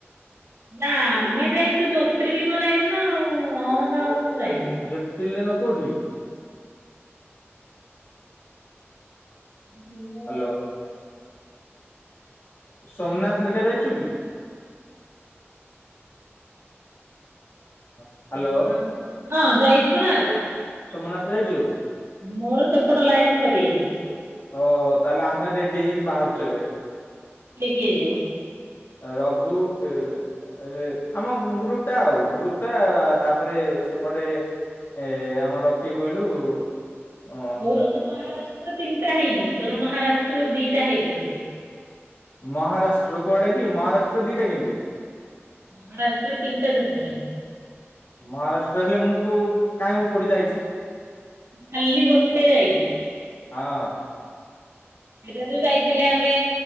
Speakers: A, on the right; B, on the left.
A: ନା ଆମେ ଯାଇଛୁ ଜ୍ୟୋତିର୍ଲିଙ୍ଗ ଯାଇଛୁ ନା ଆଉ। ଅହମ୍ମଦାବାଦରୁ ଯାଇନି।
B: ଜ୍ୟୋତିର୍ଲିଙ୍ଗ କୋଉଠି?
A: ନିମ <inaudible>
B: ହ <inaudible> ସୋମନାଥ ହେରିକା ଯାଇଛୁ କି? ହ୍ୟାଲୋ।
A: ସୋମନାଥ ହଁ ଯାଇଛି ପରା।
B: ସୋମନାଥ ଯାଇଛୁ?
A: ମୋର ସେପଟ ଲାଇନ ସରିଯାଇଛି।
B: ଓ ହଉ ତାହେଲେ ଆମେ ରେଡି ହେଇକି ବାହାରୁଛୁ ଏବେ।
A: କିଏ କିଏ ଯିବ?
B: ରଘୁ ଏ- ଏ ଆମ ଗ୍ରୁପ ଟା ଆଉ ଗ୍ରୁପ ଟା ତାପରେ ସେପଟେ- ଏ ଆମର କିଏ କହିଲୁ- ଅ
A: ମୋର ତ ମହାରାଷ୍ଟ୍ର ତିନିଟା ହେନି। ତୋର ମହାରାଷ୍ଟ୍ର ଦିଇଟା ହେ ଦିବ
B: ମହାରାଷ୍ଟ୍ର କୁଆଡା କି ମହାରାଷ୍ଟ୍ର ଦିଟା କେମିତି?
A: ମହାରାଷ୍ଟ୍ରରେ ତିନିଟା ସୁତଣି <unintelligible>
B: ମହାରାଷ୍ଟ୍ର ହେଲେ ମୁଁ କଉ କାହିଁ କଉଠି ଯାଇଛି।
A: କାଲି ଗୋଟେ ଯାଇଛୁ।
B: ହଁ
A: ସେଇଟା ଯୋଉ ଯାଇଥିଲେ ଆମେ